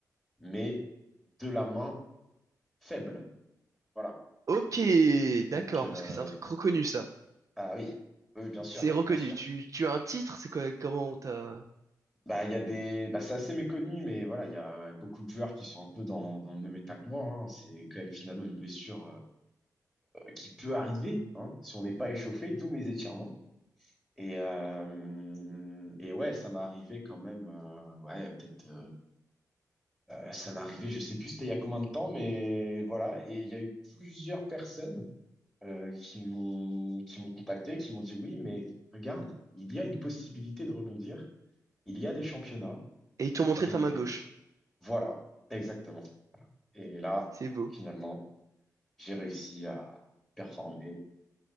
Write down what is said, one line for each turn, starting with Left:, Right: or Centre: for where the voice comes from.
Centre: mais de la main faible. Voilà.
Right: Ok, d'accord,
Centre: Donc, euh,
Right: parce que c'est un truc reconnu, ça.
Centre: ah oui, oui, bien sûr,
Right: C'est reconnu.
Centre: bien sûr.
Right: Tu, tu as un titre, c'est quoi, comment t'as...
Centre: Bah, il y a des, bah, c'est assez méconnu, mais voilà, il y a ouais, beaucoup de joueurs qui sont un peu dans, dans le même état que moi. hein. C'est quand même finalement une blessure euh, qui peut arriver hein, si on n'est pas échauffé, d'où mes étirements. Et, euh, et ouais, ça m'est arrivé quand même. euh, ouais, peut-être. euh, euh, ça m'est arrivé, je sais plus c'était il y a combien de temps, mais voilà. Et il y a eu plusieurs personnes euh, qui m'ont qui m'ont contacté, qui m'ont dit oui, mais regarde, il y a une possibilité de rebondir. Il y a des championnats.
Right: Et ils t'ont montré
Centre: Et
Right: ta main gauche.
Centre: voilà, exactement. Et là,
Right: C'est beau.
Centre: finalement, j'ai réussi à performer